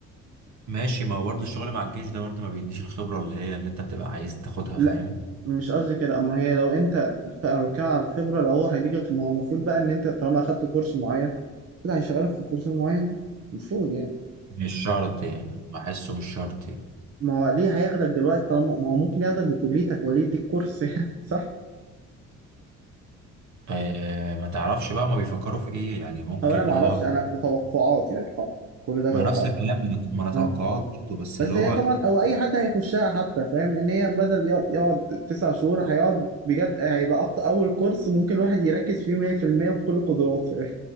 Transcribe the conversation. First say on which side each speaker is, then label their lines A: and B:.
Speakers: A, on the right; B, on the right.
A: ماشي ما هو برضه الشغل مع الجيش ده برضه ما بيديش الخبرة اللي هي اللي انت بتبقى عايز تاخدها
B: لا
A: فاهم
B: مش قصدي كده اما هي لو انت انا بتكلم على الخبره لو هو هيديك ما هو المفروض بقى ان انت طالما اخدت كورس معين كده هيشغلك في الكورس المعين ده المفروض يعني
A: مش شرط يعني بحسه مش شرط
B: ما هو ليه هياخدك دلوقتي طالما ما هو ممكن ياخدك بكليتك وليه يديك كورس <laughs> صح
A: آه ما تعرفش بقى ما بيفكروا في ايه يعني ممكن
B: او انا ما
A: اه
B: اعرفش انا بتوقعات يعني طبعا كل ده
A: ما
B: توقعات
A: نفس الكلام ما انا توقعات
B: اه
A: برضه بس
B: بس
A: اللي هو
B: هي طبعا او اي حد هيخشها حتى فاهم ان هي بدل يق- يقعد تسع شهور هيقعد بجد هيبقى أكتر اول كورس ممكن الواحد يركز فيه 100% بكل قدراته يعني